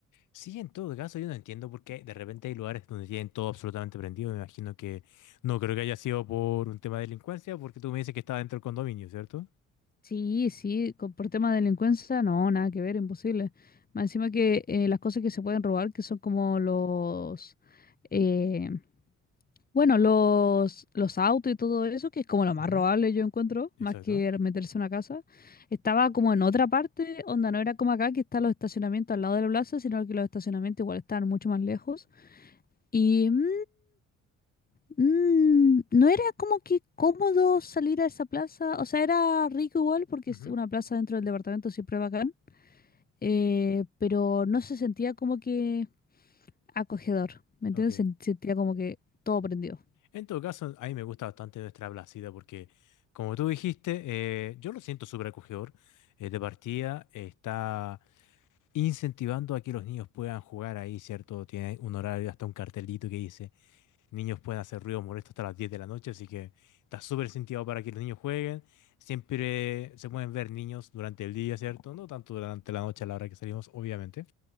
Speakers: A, on the left; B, on the left.
A: Sí, en todo caso, yo no entiendo por qué de repente hay lugares donde tienen todo absolutamente prendido. Me imagino que no creo que haya sido por un tema de delincuencia, porque tú me dices que estaba dentro del condominio, ¿cierto?
B: Sí, sí, con- por tema de delincuencia, no, nada que ver, imposible. Más encima que eh, las cosas que se pueden robar, que son como los, eh, bueno, los, los autos y todo eso, que es como lo más
A: Ujú,
B: robable yo encuentro,
A: Exacto.
B: más que meterse en una casa, estaba como en otra parte, onda no era como acá, que están los estacionamientos al lado de la plaza, sino que los estacionamientos igual están mucho más lejos. Y mm, mm, no era como que cómodo salir a esa plaza. O sea, era rico igual porque
A: Ujú,
B: es una plaza dentro del departamento, siempre bacán. eh, pero no se sentía como que acogedor. ¿Me entiendes?
A: Ok,
B: Se sentía como que todo prendido.
A: En todo caso, a mí me gusta bastante nuestra Blasida porque, como tú dijiste, eh, yo lo siento súper acogedor. eh, de partida, eh, está incentivando a que los niños puedan jugar ahí, ¿cierto? Tiene un horario, hasta un cartelito que dice, niños pueden hacer ruido molesto hasta las 10 de la noche, así que está súper incentivado para que los niños jueguen. Siempre se pueden ver niños durante el día, ¿cierto? No tanto durante la noche a la hora que salimos, obviamente